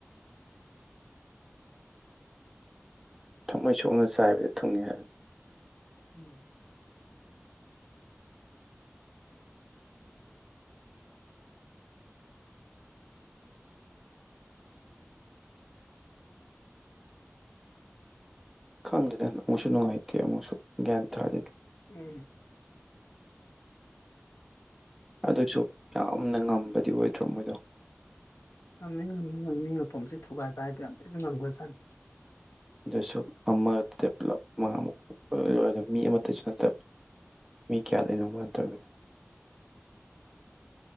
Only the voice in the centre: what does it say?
ꯊꯃꯣꯏ ꯁꯣꯛꯅ ꯆꯥꯏꯕꯗ ꯊꯨꯡꯉꯤ ꯍꯥꯏꯕꯅꯤ
ꯈꯪꯗꯦꯗꯅ ꯑꯃꯨꯛꯁꯨ ꯅꯨꯡꯉꯥꯏꯇꯦ ꯑꯃꯨꯛꯁꯨ ꯒ꯭ꯌꯥꯟ ꯇꯥꯗꯦ
ꯑꯗꯨꯁꯨ ꯌꯥꯝꯅ ꯉꯝꯕꯗꯤ ꯑꯣꯏꯗ꯭ꯔꯣ ꯃꯣꯏꯗꯣ
ꯑꯗꯨꯁꯨ ꯑꯃ ꯄꯨꯂꯞ ꯃꯉꯥꯃꯨꯛ <unintelligible> ꯃꯤ ꯑꯃꯠꯇꯁꯨ ꯅꯠꯇꯕ ꯃꯤ ꯀꯌꯥꯗꯩꯅꯣ ꯃꯣꯏ ꯇꯧꯃꯤꯅ